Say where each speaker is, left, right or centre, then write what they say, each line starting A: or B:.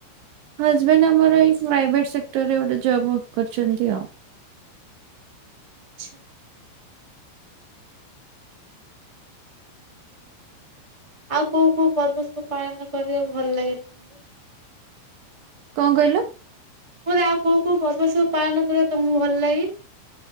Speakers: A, on the right; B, on the right.
A: ହଜବେଣ୍ଡ ଆମର ଏଇ ପ୍ରାଇଭେଟ ସେକ୍ଟର ରେ ଗୋଟେ ଜବ୍ କରିଛନ୍ତି ଆଉ।
B: ଆଚ୍ଛା। ଉଁ ହୁଁ। ଆଉ କୋଉ କୋଉ ପର୍ବ ସବୁ ପାଳନ କରିବାକୁ ଭଲ ଲାଗେ ତମକୁ?
A: କଣ କହିଲ?
B: ମୁଁ କହିଲି ଆଉ କୋଉ କୋଉ ପର୍ବ ସବୁ ପାଳନ କରିବାକୁ ତମକୁ ଭଲ ଲାଗେ?